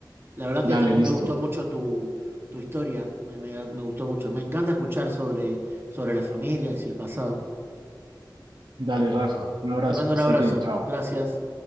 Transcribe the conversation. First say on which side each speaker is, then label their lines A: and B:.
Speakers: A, on the right (about 30°); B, on the right (about 75°).
A: La verdad
B: Dale,
A: que también
B: listo.
A: me gustó mucho tu, tu historia, me, me- me gustó mucho. Me encanta escuchar sobre, sobre las familias y el pasado.
B: Dale, Rafa, un abrazo,
A: Te mando
B: que
A: un
B: estés
A: abrazo,
B: bien, chao.
A: gracias.